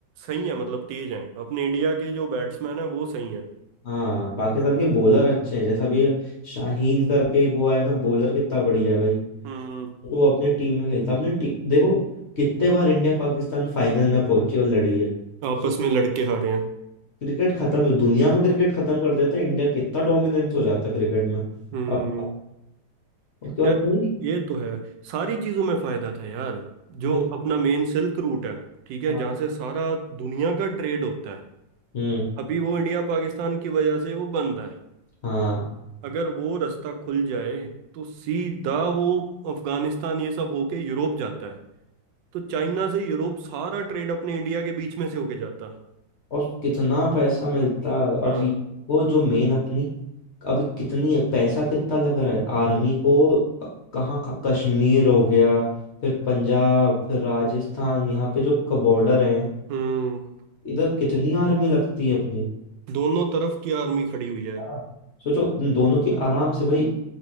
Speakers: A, on the right; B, on the left.
A: सही है मतलब तेज हैं अपने इंडिया के जो बैट्समैन है वो सही है
B: हाँ पाकिस्तान के बॉलर अच्छे हैं जैसा अभी शाहीन करके एक वो आया ना बॉलर कितना बढ़िया है भाई
A: हम्म
B: तो वो अपने टीम में खेलता अपने टीम देखो कितने बार इंडिया पाकिस्तान फाइनल में पहुंची और लड़ी है
A: आपस
B: सो
A: में लड़के हारे हैं
B: क्रिकेट खत्म है दुनिया में क्रिकेट खत्म कर देता है इंडिया कितना डोमिनेंस हो जाता है क्रिकेट में
A: हम्म
B: अब उसके बाद
A: यार
B: भाई
A: ये तो है सारी चीजों में फायदा था यार जो
B: भाई,
A: अपना मेन सिल्क रूट है ठीक है
B: हाँ
A: जहाँ से सारा दुनिया का ट्रेड होता है
B: हम्म
A: अभी वो इंडिया पाकिस्तान की वजह से वो बंद है
B: हाँ
A: अगर वो रास्ता खुल जाए तो सीधा वो अफगानिस्तान ये सब होके यूरोप जाता है तो चाइना से यूरोप सारा ट्रेड अपने इंडिया के बीच में से होके जाता
B: और कितना पैसा मिलता है
A: हाँ
B: और ये- वो जो मेन अपनी अभी कितनी पैसा कितना लग रहा है आर्मी को कहाँ का कश्मीर हो गया फिर पंजाब फिर राजस्थान यहाँ पे जो बॉर्डर है
A: हम्म
B: इधर कितनी आर्मी लगती है अपनी
A: दोनों तरफ की आर्मी खड़ी हुई है
B: हाँ सोचो उन दोनों की आराम से भाई